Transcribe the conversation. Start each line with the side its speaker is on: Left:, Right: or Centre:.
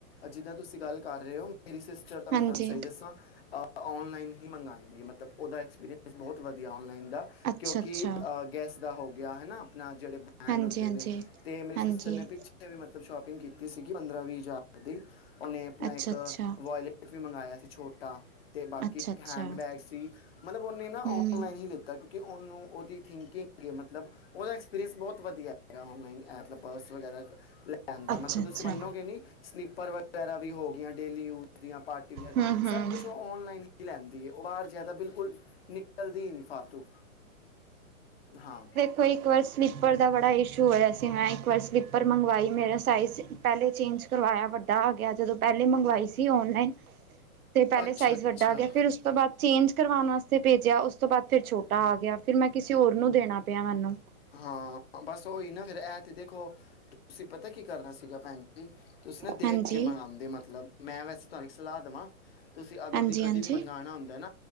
Left: ਜਿੱਦਾ ਤੁਸੀ ਗੱਲ ਕਰ ਰੇ ਓ। ਮੇਰੀ ਸਿਸਟਰ ਤਾਂ ਮੈਂ
Right: ਹਾਂਜੀ
Left: ਤੁਆਨੂੰ ਸਹੀ ਦੱਸਾ ਔਨਲਾਈਨ ਈ ਮੰਗਾਂਦੀ ਏ, ਮਤਲਬ ਓਦਾ ਐਕਸਪੀਰੀਅੰਸ ਬੋਤ ਵਦੀਆ ਔਨਲਾਈਨ ਦਾ।
Right: ਅੱਛਾ
Left: ਕਿਉਂਕਿ
Right: ਅੱਛਾ
Left: ਅਹ ਗੈਸ ਦਾ ਹੋ ਗਿਆ ਹੈਨਾ, ਆਪਣਾ ਜੇੜੇ ਬ੍ਰੈਂਡ
Right: ਹਾਂਜੀ
Left: ਹੁੰਦੇ
Right: ਹਾਂਜੀ
Left: ਨੇ, 'ਤੇ ਮੇ
Right: ਹਾਂਜੀ
Left: ਪਿੱਛੇ ਵੀ ਮਤਲਬ ਸ਼ੋਪਿੰਗ ਕੀਤੀ ਸੀਗੀ ਪੰਦਰਾਂ-ਵੀਹ ਹਜ਼ਾਰ ਦੀ, ਓਨੇ ਅਪਨਾ
Right: ਅੱਛਾ
Left: ਇੱਕ
Right: ਅੱਛਾ
Left: ਵਾਇ ਵੀ ਮੰਗਾਇਆ ਸੀ ਛੋਟਾ 'ਤੇ ਬਾਕੀ
Right: ਅੱਛਾ ਅੱਛਾ
Left: ਹੈਂਡ ਬੈਗ ਸੀ, ਮਤਲਬ ਉਨੇ ਨਾ
Right: ਹਮ
Left: ਔਨਲਾਈਨ ਹੀ ਲਿੱਤਾ। ਕਿ ਉਨੂੰ ਉਦੀ ਥਿੰਕਿੰਗ ਹੈਗੀ, ਮਤਲਬ ਉਦਾ ਐਕਸਪੀਰੀਅੰਸ ਬੋਤ ਵਦੀਆ ਹੈਗਾ ਔਨਲਾਈਨ ਐਪ। ਪਰਸ ਵਗੈਰਾ ਲੈਂਦਾ,
Right: ਅੱਛਾ-ਅੱਛਾ
Left: ਮਤਲਬ ਤੁਸੀਂ ਮੰਨੋਗੇ ਨੀ, ਸਲੀਪਰ ਵਗੈਰਾ ਵੀ ਹੋ ਗਿਆ, ਡੇਲੀ ਯੂਜ ਦੀਆਂ, ਪਾਰਟੀਵੀਅਰ
Right: ਹਮ-ਹਮ
Left: ਸਭ ਕੁਛ ਓ ਓਨਲਾਈਨ ਈ ਲੈਂਦੀ ਏ, ਉਹ ਬਾਰ ਜਾਦਾ ਬਿਲਕੁਲ ਨਿਕਲਦੀ ਈ ਨੀ ਫਾਲਤੂ, ਹਾਂ।
Right: ਕੋਈ ਇੱਕ ਵਾਰੀ ਸਲੀਪਰ ਦਾ ਬੜਾ ਇਸ਼ੂ ਹੋਇਆ ਸੀ, ਮੈਂ ਇੱਕ ਵਾਰ ਸਲੀਪਰ ਮੰਗਵਾਈ ਮੇਰਾ ਸਾਈਜ਼ ਪੈਲੇ ਚੇਂਜ ਕਰਵਾਇਆ, ਵੱਡਾ ਆ ਗਿਆ ਜਦੋਂ ਪੈਲੇ ਮੰਗਵਾਈ ਸੀ ਔਨਲਾਈਨ। ਤੇ ਪੈਲੇ
Left: ਅੱਛਾ
Right: ਸਾਈਜ਼ ਵੱਡਾ
Left: ਅੱਛਾ
Right: ਆ ਗਿਆ, ਫਿਰ ਉਸ ਤੋਂ ਬਾਦ ਚੇਂਜ ਕਰਵਾਨ ਵਾਸ 'ਤੇ ਭੇਜਿਆ, ਉਸ ਤੋਂ ਬਾਦ ਫਿਰ ਛੋਟਾ ਆ ਗਿਆ, ਫਿਰ ਮੈਂ ਕਿਸੇ ਹੋਰ ਨੂੰ ਦੇਨਾ ਪੇਆ ਮੈਨੂੰ।
Left: ਹਾਂ, ਬਸ ਓਈ ਨਾ ਫੇਰ ਐ ਤੇ ਦੇਖੋ, ਤੁਸੀਂ ਪਤਾ ਕੀ ਕਰਨਾ ਸੀਗਾ, ਭੈਨ ਹੂੰ, ਤੁਸੀਂ ਨਾ ਦੇਖ
Right: ਹਾਂਜੀ
Left: ਕੇ ਮੰਗਾਂਦੇ ਮਤਲਬ, ਮੈਂ ਵੈਸੇ ਤੁਆਨੂੰ ਸਲਾਹ ਦੇਵਾਂ ਤੁਸੀਂ ਅੱਗੋਂ
Right: ਹਾਂਜੀ
Left: ਦੀ ਕਦੇ
Right: ਹਾਂਜੀ
Left: ਵੀ ਮੰਗਾਂਨਾ ਹੁੰਦੈ ਨਾ,